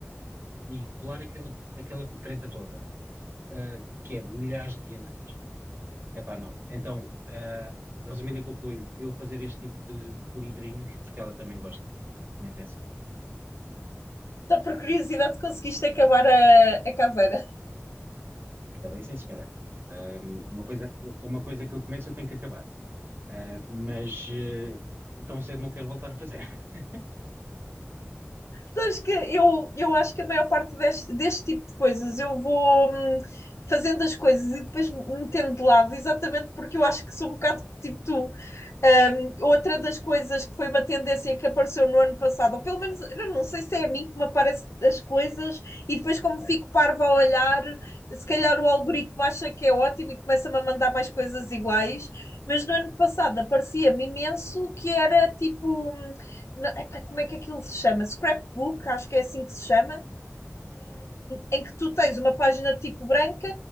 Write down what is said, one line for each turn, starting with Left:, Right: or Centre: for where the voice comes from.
Right: E colar aquela, aquela treta toda, ah, que é milhares de diamantes, epá, não. Então, ah, resumindo e concluindo, eu fazer este tipo de livrinhos, porque ela também gosta, nem pensar.
Left: só por curiosidade conseguiste acabar a, a caveira?
Right: Acabei sem sequer. Ahm, uma coisa, u- uma coisa que eu começo eu tenho que acabar. Ah, mas eh, tão cedo não quero voltar a fazer. <laughs>
Left: Sabes que eu, eu acho que a maior parte deste, deste tipo de coisas eu vou hum, fazendo as coisas e depois me metendo de lado, exatamente porque eu acho que sou um bocado tipo tu. Hum, outra das coisas que foi uma tendência que apareceu no ano passado, ou pelo menos eu não sei se é a mim que me aparecem as coisas, e depois, como fico parva a olhar, se calhar o algoritmo acha que é ótimo e começa-me a mandar mais coisas iguais. Mas no ano passado aparecia-me imenso que era tipo. hum, não, epá, como é que aquilo se chama? Scrapbook, acho que é assim que se chama, em que tu tens uma página de tipo branca